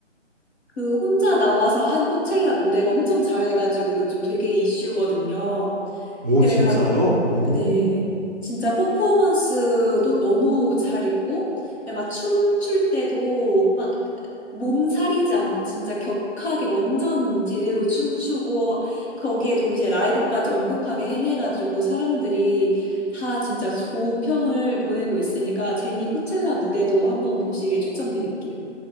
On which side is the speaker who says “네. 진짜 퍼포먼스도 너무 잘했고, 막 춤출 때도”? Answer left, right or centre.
Left